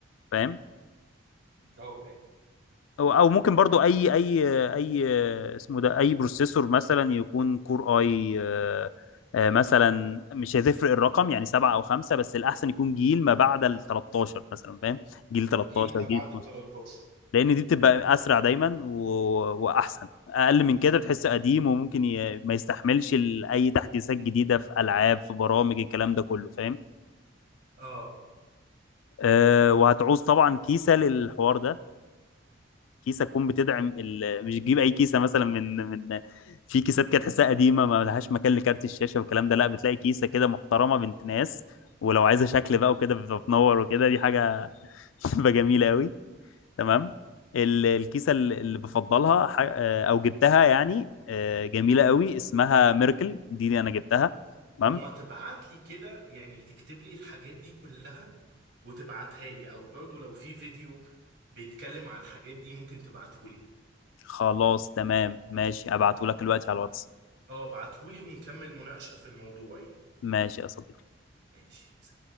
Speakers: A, on the left (about 85°); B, on the right (about 55°).
A: فاهم
B: اه فاهم
A: او أو ممكن برضو اي اي اي آه، اسمه ده اي بروسيسور مثلا يكون كور اي آه، آه، مثلا مش هتفرق الرقم يعني سبعة او خمسة بس الاحسن يكون جيل ما بعد ال 13 مثلا فاهم جيل 13
B: جيل ما
A: جيل
B: بعد
A: 12
B: ال 13
A: لان دي بتبقى اسرع دايما و... واحسن اقل من كده تحس قديم وممكن ي... ما يستحملش ال- اي تحديثات جديدة في العاب في برامج الكلام ده كله فاهم
B: اه
A: أه وهتعوز طبعا كيسة للحوار ده كيسه تكون بتدعم ال... مش تجيب اي كيسه مثلا من من في كيسات كده تحسها قديمه ما لهاش مكان لكارت الشاشه والكلام ده لا بتلاقي كيسه كده محترمه بنت ناس ولو عايزه شكل بقى وكده بتنور وكده دي حاجه <laughs> بتبقى جميله قوي تمام ال- الكيسه ال- اللي بفضلها ح- آه، او جبتها يعني آه، جميله قوي اسمها ميركل دي, دي انا جبتها تمام
B: طب ما تبعت لي كده يعني تكتب لي الحاجات دي كلها وتبعتها لي او برضو لو في فيديو بيتكلم على الحاجات دي ممكن تبعته لي
A: خلاص تمام ماشي ابعته لك دلوقتي على الواتس
B: اه ابعته لي ونكمل مناقشة في الموضوع يعني
A: ماشي يا صديقي
B: ماشي